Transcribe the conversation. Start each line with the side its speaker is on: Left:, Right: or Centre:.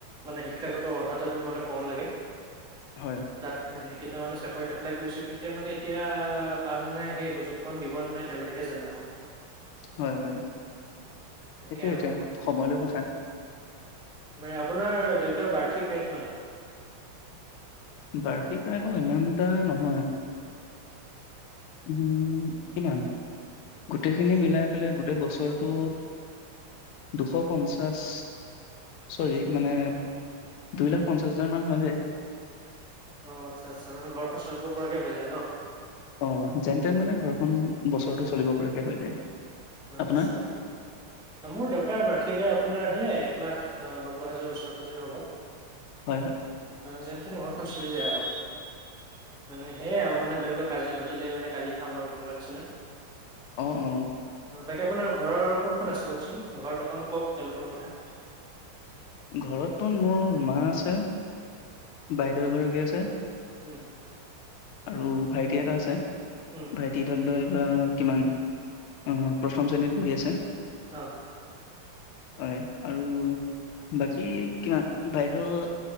Centre: মানে শিক্ষাগত অৰ্হতাটো মানে কম লাগে।
Left: হয়,
Centre: তাতপেই কেইটামানে চাকৰিত এপ্লাই কৰিছোঁ কিন্ত মানে এতিয়া পাম নাই সেই সুযোগ? ন দিব নাই তেওঁলোকেহে জানে আৰু।
Left: হয়-হয়
Centre: তাকে
Left: সেইটোয়ে-সেইটোয়ে
Centre: আৰু
Left: সময়লৈ কথা।
Centre: আপোনাৰ দেউতাৰ বাৰ্ষিক কাই কিমান?
Left: বাৰ্ষিক মানে ইমানটা নহয়। উম, কিমান গোটেইখিনি মিলাই পেলাই গোটেই বছৰটো দুশ পঞ্চাশ চৰি মানে দুই লাখ পঞ্চাছ হাজাৰ মান হৈ যায়।
Centre: অ আচ্ছা-আচ্ছা মানে ঘৰখন চলিব কে হৈ যায় ন।
Left: অ যেন তেন মানে ঘৰখন বছৰটো চলিব পৰাকে হয় যায়।
Centre: আচ্ছা
Left: আপোনাৰ?
Centre: মোৰ দেউতাৰ বাৰ্ষিক আয় অ, আপোনাৰ সেয়াই এক- লাখ -নব্বৈ -হাজাৰ ওচৰে -পাজৰে হ'ব।
Left: হয়- হয়
Centre: যেন তেন ঘৰখন চলি যায় আৰু মানে সেয়াই আৰু মানে ধৰি লওক আজি ঘটিলে মানে কালি খাম আৰু তেনেকুৱা নিচিনা।
Left: অ', - অ, '
Centre: তাকে আপোনাৰ ঘৰৰ কোন কোন আছে? ককচোন ঘৰত অকন কওক তেওঁলোকৰ কথা?
Left: ঘৰততো মোৰ মা আছে বাইদেউ এগৰাকী আছে।
Centre: উম,
Left: আৰু ভাইটি এটা আছে।
Centre: উম,
Left: <unintelligible> বা কিমান অ, প্ৰথম শ্ৰেণীত পঢ়ি আছে।
Centre: অহ,
Left: হয় আৰু, বাকী কিমান বাইদেউ